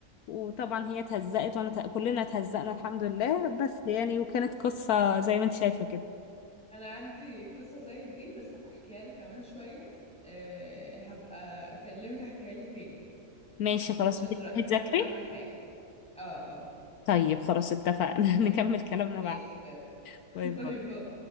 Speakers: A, on the left (about 75°); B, in the centre.
A: وطبعا هي اتهزقت وانا ت- كلنا اتهزقنا الحمد لله بس يعني وكانت قصة زي ما انت شايفة كده
B: انا عندي قصة زي دي بس هحكيها لك كمان شوية أه هبقى اكلمك احكيها لك تاني
A: ماشي خلاص
B: عشان
A: انت
B: دلوقتي
A: هتذاكري
B: هروح اعمل حاجة اه اه
A: طيب خلاص اتفقنا <laughs> نكمل كلامنا
B: ماشي
A: بعد
B: يلا <laughs>
A: باي باي
B: باي باي